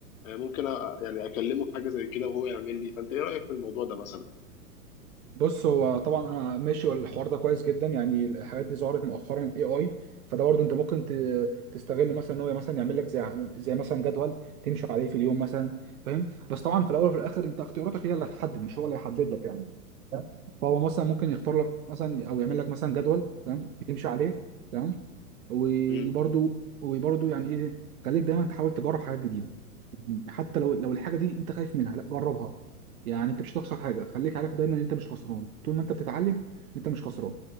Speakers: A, on the left (about 55°); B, on the right (about 65°).
A: آه، ممكن أ- يعني اكلمه في حاجه زي كده وهو يعمل لي فانت ايه رايك في الموضوع ده مثلا؟
B: بص هو طبعا انا ماشي الحوار ده كويس جدا يعني الحاجات دي ظهرت مؤخرا الاي اي فده برضه انت ممكن ت- تستغله مثلا ان هو مثلا يعمل لك زي ع- زي مثلا جدول تمشي عليه في اليوم مثلا فاهم بس طبعا في الاول وفي الاخر انت اختياراتك هي اللي هتحدد مش هو اللي هيحدد لك يعني فهو مثلا ممكن يختار لك مثلا او يعمل لك مثلا جدول تمام تمشي عليه تمام وبرضو
A: مم.
B: وبرضو يعني ايه خليك دايما تحاول تجرب حاجات جديده حتى لو لو الحاجه دي انت خايف منها لا جربها يعني انت مش هتخسر حاجه خليك عارف دايما ان انت مش خسران طول ما انت بتتعلم انت مش خسران